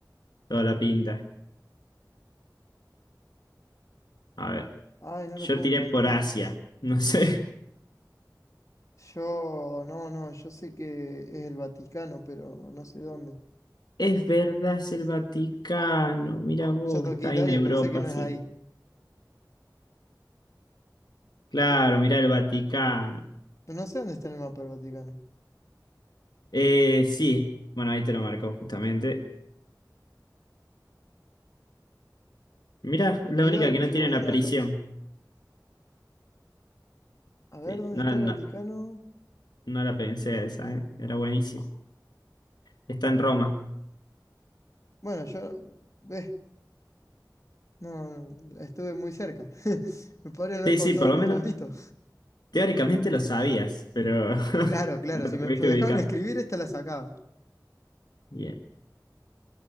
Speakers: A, on the left (about 75°); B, on the left (about 45°).
A: toda la pinta. A ver,
B: Ay, no
A: yo
B: lo puedo
A: tiré
B: encontrar.
A: por Asia, no sé. <laughs>
B: Yo, no, no, yo sé que es el Vaticano, pero no sé dónde.
A: Es verdad, es el Vaticano. Mira vos,
B: Yo toqué
A: está
B: Italia,
A: ahí en Europa,
B: pero sé que no
A: sí.
B: es ahí.
A: Claro, mirá el Vaticano.
B: Pero no sé dónde está en el mapa el Vaticano.
A: Eh, sí, bueno, ahí te lo marcó justamente. Mirá, la
B: Mira,
A: única que no
B: qué
A: tiene
B: buen
A: una
B: dato.
A: prisión.
B: A ver,
A: Sí,
B: ¿dónde
A: no,
B: está
A: no,
B: el Vaticano?
A: no la pensé esa, ¿eh? Era buenísimo. Está en Roma.
B: Bueno, yo, ves, no, no, estuve muy cerca. <laughs> Me podrían haber
A: Sí,
B: contado
A: sí, por
B: algún
A: lo menos
B: puntito.
A: teóricamente lo sabías, pero <laughs>
B: Claro, claro,
A: no
B: si
A: te
B: me
A: pudiste
B: dejaban
A: ubicar.
B: escribir, esta la sacaba.
A: Bien.